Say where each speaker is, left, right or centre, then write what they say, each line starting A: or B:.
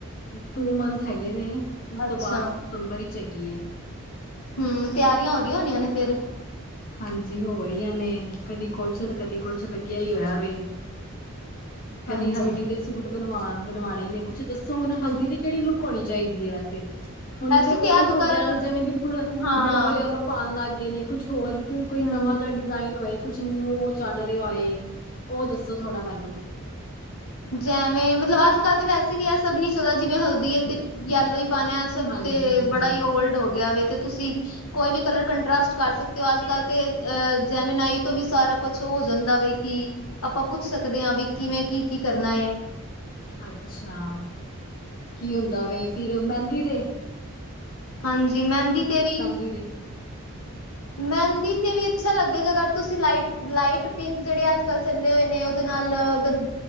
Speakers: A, on the left; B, on the left.
A: ਟੂ ਮੰਥ ਹੈਗੇ ਨੇ ਉਸ
B: ਅੱਛਾ,
A: ਤੋਂ ਬਾਅਦ। ਤੰਬਰੀ 'ਚ ਹੈਗੀ।
B: ਹਮ ਤਿਆਰੀਆਂ ਹੋ ਰਹੀਆਂ ਹੋਣੀਆਂ ਨੇ ਫੇਰ
A: ਹਾਂਜੀ ਹੋ ਰਹੀਆਂ ਨੇ ਕਦੀ ਕੁਛ ਤੇ ਕਦੀ ਕੁਛ ਲਗਿਆ ਹੀ ਹੋਇਆ ਵੇ ਕਦੀ
B: ਹਾਂਜੀ,
A: ਹਲਦੀ ਦੇ ਸੂਟ ਬਣਵਾ ਬਣਵਾਉਣੇ ਨੇ ਕੁਛ ਦਸੋ ਹੁਣ ਹਲਦੀ ਦੀ ਕਿਹੜੀ ਲੁਕ ਹੋਣੀ ਚਾਹੀਦੀ ਹੈ। ਵੈਸੇ- ਹੁਣ
B: ਵੈਸੇ
A: ਤੇ ਓਲਡ
B: ਅੱਜ-ਕੱਲ੍ਹ
A: ਹੋ ਗਿਆ ਵੀ ਜਿਵੇ ਬਿਲਕੁਲ
B: ਹਾਂ,
A: ਯਲੋ- ਯਲੋ- ਪਾਉਣ ਲਗ ਗਏ ਨੇ ਕੁਛ ਹੋਰ ਕਿ ਕੋਈ
B: ਹੂੰ
A: ਨਵਾ ਜਿਹਾ ਡਿਜ਼ਾਇਨ ਹੋਏ ਕੁਛ ਨਿਊ ਚਲ ਰਿਹਾ ਹੋਏ ਉਹ ਦਸੋ ਥੋੜਾ ਮੈਨੂੰ
B: ਜੈਵੇ ਮਤਲਬ ਅਜ ਕਲ ਤਾਂ ਵੈਸੇ ਵੀ ਇਹ ਸਭ ਨੀ ਚਲਦਾ ਜਿਵੇ ਹਲਦੀ ਤੇ ਯਲੋ ਹੀ ਪਾਉਣਾ ਸਬ
A: ਹਾਂਜੀ
B: ਤੇ
A: ਹਾਂਜੀ
B: ਬੜਾ ਹੀ ਓਲਡ ਹੋ ਗਿਆ ਵ ਤੇ ਤੁਸੀ ਕੋਈ ਵੀ ਕਲਰ ਕੰਟਸਟ ਕਰ ਸਕਦੇ ਹੋ ਅਜ ਕਲ ਤੇ ਅ ਜੈਮਨਾਈ ਤੋ ਵੀ ਸਾਰਾ ਕੁਛ ਕੁਛ ਹੋ ਜਾਦਾ ਵ ਕਿ ਆਪਾਂ ਪੁਛ ਸਕਦੇ ਹਾਂ ਵੀ ਕਿਵੇ ਕੀ ਕੀ ਕਰਨਾ ਹੈ।
A: ਅਛਾ ਕੀ ਹੁੰਦਾ ਵੇ ਫਿਰ ਮਹਿਦੀ ਤੇ
B: ਹਾਂਜੀ ਮਹਿਦੀ ਤੇ ਵੀ
A: ਦੀ ਦ <unintelligible>
B: ਮਹਿੰਦੀ ਤੇ ਵੀ ਅਛਾ ਲੱਗੇਗਾ ਅਗਰ ਤੁਸੀ ਲਾਈਟ ਲਾਈਟ ਪਿੰਕ ਜਿਹੜੇ ਅਜ ਕਲ ਚੱਲੇ ਹੋਏ ਨੇ ਉਹਦੇ ਨਾਲ ਅਗਰ